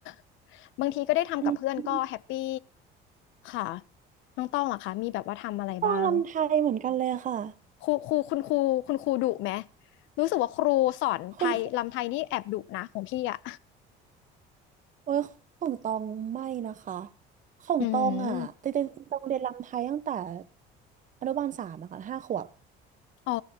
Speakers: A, on the left; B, on the right.
A: ำ <laughs> บางทีก็ได้ทำกับเพื่อนก็แฮปปี้
B: อืม
A: ค่ะน้องต้องเหรอคะมีแบบว่าทำอะไรบ้าง
B: ตองลำไทยเหมือนกันเลยค่ะ
A: ครูครูคุณครูคุณครูดุไหมรู้สึกว่าครูสอนไทยลำไทยนี่แอบดุนะของพี่อ่ะ
B: คุณครูโอ้ยของตองไม่นะคะ
A: <laughs>
B: ของตองอ่ะจริงๆตองเรียนลำไทยตั้งแต่
A: อืม
B: อนุบาลสามอะค่ะห้าขวบ
A: อ๋อ